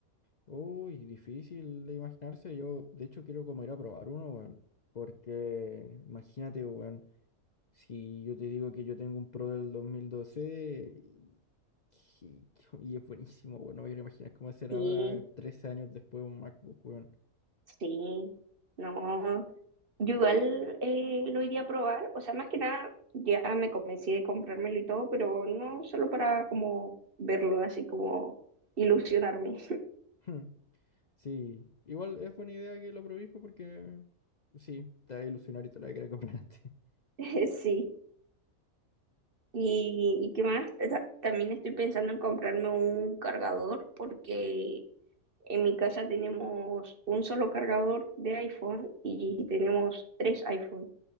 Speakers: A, on the left; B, on the right.
A: Uy, difícil de imaginarse. Yo, de hecho, quiero como ir a probar uno, weón. Porque, imagínate, weón, si yo te digo que yo tengo un Pro del 2012 y, y- y es buenísimo, weón. No me quiero imaginar cómo será
B: Sí,
A: ahora, 13 años después, un MacBook, weón.
B: sí, no. Yo igual eh, lo iría a probar, o sea, más que nada ya me convencí de comprármelo y todo, pero no solo para como verlo así como ilusionarme.
A: <laughs> Sí, igual es buena idea que lo probéis pues, porque sí, te va a ilusionar y te lo vas a querer comprar antes. <laughs>
B: <laughs> Sí, y, y qué más, Ta- ta- también estoy pensando en comprarme un cargador porque en mi casa tenemos un solo cargador de iPhone y tenemos tres iPhone.